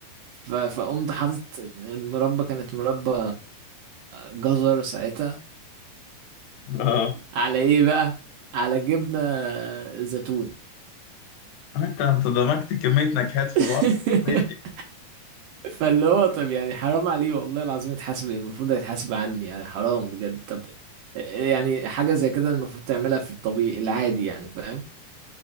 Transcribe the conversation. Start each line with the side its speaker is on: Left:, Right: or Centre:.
Right: ف- فقمت حاطط المربى كانت مربى جزر ساعتها
Left: بقى
Right: على ايه بقى على جبنة زيتون
Left: انت انت دمجت كمية نكهات في
Right: <laughs>
Left: بعض مش طبيعي
Right: فاللي هو طب يعني حرام عليه والله العظيم يتحاسب المفروض هيتحاسب عني يعني حرام بجد طب يعني حاجة زي كده المفروض تعملها في الطبيعي العادي يعني فاهم